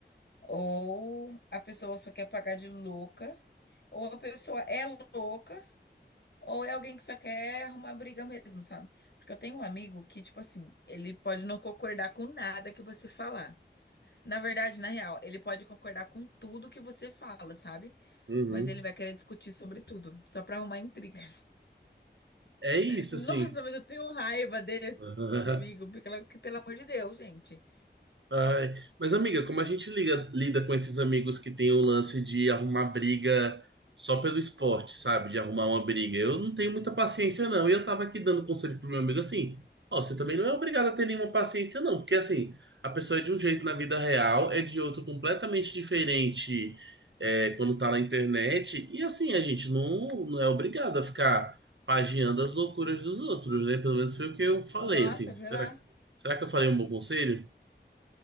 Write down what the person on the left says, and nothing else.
ou a pessoa só quer pagar de louca, ou a pessoa é louca, ou é alguém que só quer arrumar briga mesmo, sabe? Porque eu tenho um amigo que, tipo assim, ele pode não concordar com nada que você falar. Na verdade, na real, ele pode concordar com tudo que você fala, sabe?
Mas ele vai querer discutir sobre tudo, só pra arrumar intriga.
Nossa,
mas eu tenho raiva desse
amigo, porque, ela- que, pelo amor de Deus, gente.
Nossa,
vê lá.